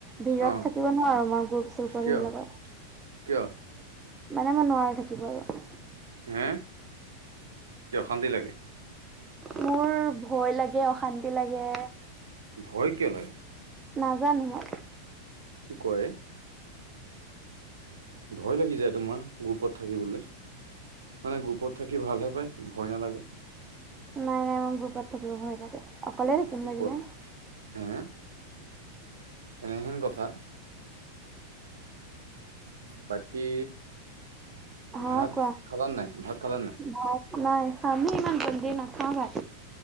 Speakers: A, on the right; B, on the right.
A: ভিৰত
B: অ
A: থাকিব নোৱাৰো মই গ্ৰুপ শ্ৰূপত
B: কিয়
A: এইবিলাকত।
B: কিয়?
A: মানে মই নোৱাৰোঁ থাকিব আৰু।
B: হে কি অশান্তি লাগে।
A: মোৰ ভয় লাগে অশান্তি লাগে।
B: ভয় কিয় লাগে?
A: নাজানোঁ।
B: কি কয়? ভয় লাগি যায় তোমাৰ গ্ৰুপত থাকিবলৈ মানে গ্ৰুপত থা কি ভালহে পায় ভয় নালাগে।
A: নাই, নাই মোৰ গ্ৰুপত থাকিব ভয় লাগে। অকলে থাকিম
B: কি
A: লাগিলে।
B: কোৱা হে এনেহেন কথা। বাকী।
A: হা
B: ভাত
A: কোৱা
B: খালা নে নাই ভাত খালা নে নাই?
A: ভাত নাই আমি ইমান জল্দি নাখাওঁ ভাত।